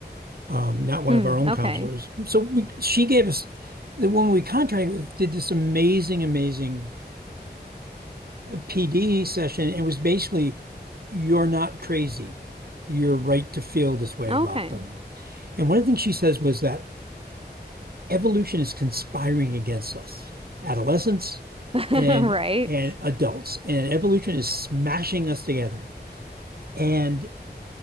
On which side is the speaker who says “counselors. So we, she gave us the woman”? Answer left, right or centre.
Right